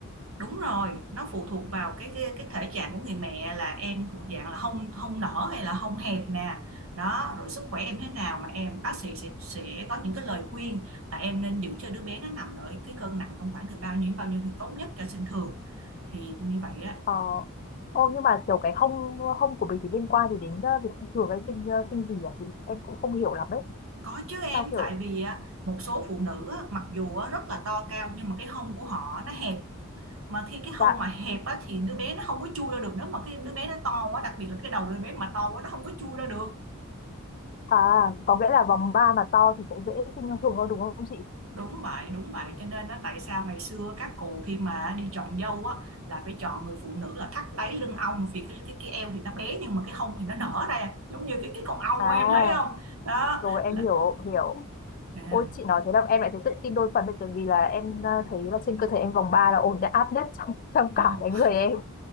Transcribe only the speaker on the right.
Đúng rồi, nó phụ thuộc vào cái cái, cái thể trạng của người mẹ là em thuộc dạng là hông hông nở hay là hông hẹp nè. Đó, rồi sức khỏe em thế nào mà em bác sĩ sẽ sẽ có những cái lời khuyên là em nên giữ cho đứa bé nó nằm ở cái cân nặng trong khoảng từ bao nhiêu đến bao nhiêu thì tốt nhất cho sinh thường. Thì như vậy á
có chứ em
tại vì á, một số phụ nữ á, mặc dù á, rất là to cao nhưng mà cái hông của họ nó hẹp mà khi cái hông
mà hẹp á, thì đứa bé nó không có chui ra được nếu mà cái đứa bé nó to quá đặc biệt là cái đầu đứa bé mà to quá nó không có chui ra được
Đúng vậy, đúng vậy. Cho nên đó, tại sao ngày xưa các cụ khi mà đi chọn dâu á, là phải chọn người phụ nữ là thắt đáy lưng ong vì cái, cái cái eo thì nó bé nhưng mà cái hông thì nó nở ra giống như cái cái con ong
của em thấy không? Đó
là
à,
đó.